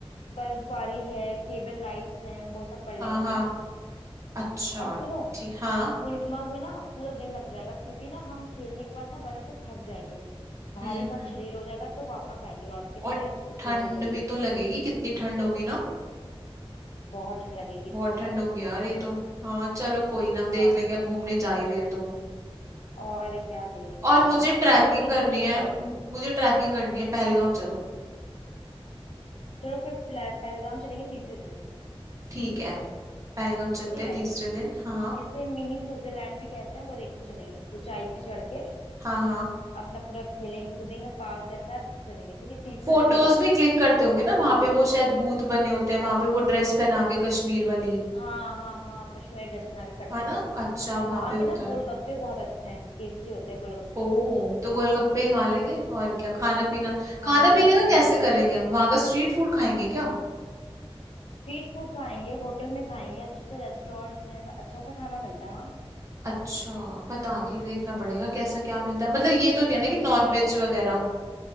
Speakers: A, on the left; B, on the right.
A: बर्फबारी है केबल राइड्स हैं वो सब कर
B: हाँ
A: लेंगे
B: हाँ
A: है ना
B: अच्छा
A: और सुनो
B: ठीक हाँ
A: गुलमर्ग में ना पूरा दिन लग जाएगा क्योंकि ना हम खेलने के बाद ना बर्फ से थक जाएंगे भारीपन
B: हम्म हम्म।
A: शरीर हो जाएगा तो वापस आएंगे लौट के अपने
B: और
A: उस
B: ठंड
A: पे होटल में
B: भी तो लगेगी कितनी ठंड होगी ना
A: बहुत ठंड लगेगी इसीलिए
B: बहुत ठंड
A: तो
B: होगी यार ये तो हाँ चलो कोई ना
A: हाँ
B: देख लेंगे अब घूमने जा ही रहे हैं तो
A: और क्या देख लेंगे
B: और मुझे ट्रैकिंग
A: ये
B: करनी
A: दो दिन
B: है
A: का हो गया
B: मु- मुझे ट्रैकिंग करनी है पहलगाम चलो
A: चलो फिर प्ला- पहलगाम चलेंगे तीसरे दिन
B: ठीक है पहलगाम चलते
A: ठीक है
B: हैं तीसरे दिन हाँ
A: जिसे मिनी स्विट्जरलैंड भी कहते हैं वो देखने चलेंगे ऊंचाई पे चढ़ के
B: हाँ हाँ
A: अपना पूरा खेलेंगे कूदेंगे पार्क जैसा चलेंगे ठीक है तीसरा
B: फोटोज
A: दिन वो हो गया
B: भी क्लिक करते होंगे ना वहां पे वो शायद बूथ बने होते हैं वहां पे वो ड्रेस पहना के कश्मीर वाली
A: हाँ हाँ हाँ कश्मीरी ड्रेस पहना के करते
B: है
A: हैं
B: ना
A: फोटो
B: अच्छा वहां
A: वहां
B: पे
A: के
B: होता
A: ना गोलगप्पे
B: है
A: बहुत अच्छे हैं टेस्टी होते हैं गोलगप्पे
B: ओ तो गोलगप्पे खा लेंगे और क्या खाना पीना
A: हाँ
B: खाना
A: हम गोलगप्पे
B: पीने का
A: खाएंगे
B: कैसे करेंगे हम वहां का स्ट्रीट फूड खाएंगे क्या
A: स्ट्रीट फूड खाएंगे होटल में खाएंगे अच्छे अच्छे रेस्टोरेंट्स हैं अच्छा सा खाना मिलता है वहाँ
B: अच्छा पता नहीं देखना पड़ेगा कैसा क्या मिलता है मतलब ये तो नहीं है ना कि
A: नहीं
B: नॉन
A: नहीं
B: वेज वगैरह